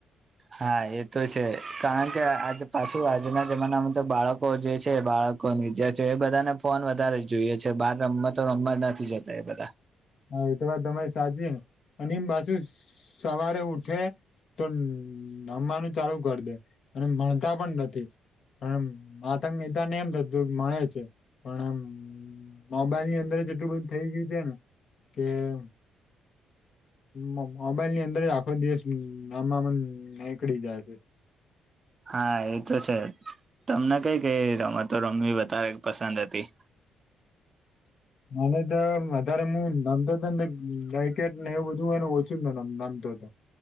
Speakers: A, on the right; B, on the left.
A: હા એ તો છે કારણ કે આજે પાછું આજના જમાનામાં તો બાળકો જે છે બા એ બધાને ફોન વધારે જ જોઈએ છે બાર રમતતો રમવા નથી જતા એ બધા.
B: હા એ તો વાત તમારી સાચી ને અને બાછુ સવારે ઉઠે તો નમવાનું ચાલુ કરી દે અને માણતા પણ નથી. હમ માતા પિતા ને એમ થતું હોય કે ભણે છે. પણ આમ મોબાઈલ ની અંદર જેટલું બધું થઇ ગયું છે ને કેમ? મોબાઈલ ની અંદર જ આખો દિવસ આમમન નીકળી જાય છે. <unintelligible>
A: હા એ તો છે. તમને કઈ કઈ રમે તો રમી વધારે પસંદ હતી?
B: <unintelligible> અને તો વધારે મુ નમતો તો ગાય કેટ ને એવું બધું હેને ઓછુંમ <unintelligible> દોધ-